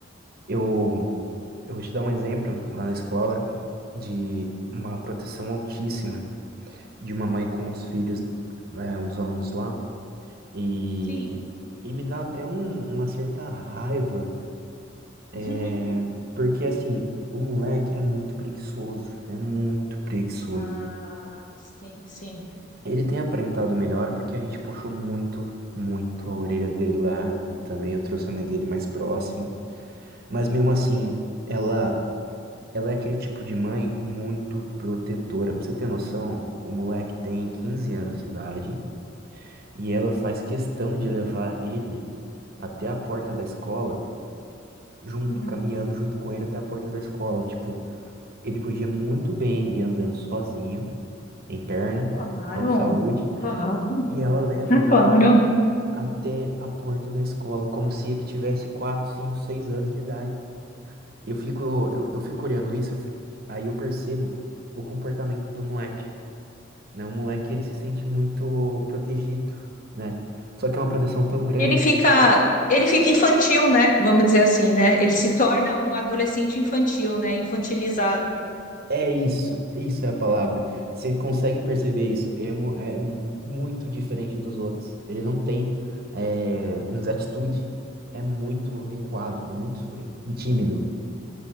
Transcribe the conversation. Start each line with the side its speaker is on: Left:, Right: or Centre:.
Right: Eu Eu vou te dar um exemplo lá na escola de uma proteção altíssima de uma mãe com um dos filhos, é, um dos alunos lá, e,
Left: Sim.
Right: e me dá até um- uma certa raiva,
Left: <laughs>
Right: é, porque assim, o moleque é muito preguiçoso, é muito preguiçoso.
Left: Ah, sim, sim.
Right: Ele tem aparentado melhor porque a gente puxou muito, muito a orelha dele lá, e também eu trouxe a mãe dele mais próxima, mas mesmo assim, ela. Ela é aquele tipo de mãe muito protetora. Pra você ter noção, o moleque tem 15 anos de idade e ela faz questão de levar ele até a porta da escola, junto,
Left: Uhum.
Right: caminhando junto com ele até a porta da escola. Tipo, ele podia muito bem ir andando sozinho, tem perna,
Left: Claro,
Right: boa saúde,
Left: claro,
Right: e ela leva
Left: <laughs>
Right: ele
Left: claro.
Right: até a porta da escola, como se ele tivesse 4 5 6 anos de idade. Eu fico, eu, eu fico olhando isso, eu fico- aí eu percebo o comportamento do moleque. né? O moleque, ele se sente muito protegido, né? Só que é uma proteção tão grande.
Left: Ele fica, ele fica infantil, né? Vamos dizer assim, né? Ele se torna um adolescente infantil, né? Infantilizado.
Right: É isso, isso é a palavra. Você consegue perceber isso. Ele é mu- é muito diferente dos outros. Ele não tem é, uma atitude. É muito recuado, é muito re- tímido.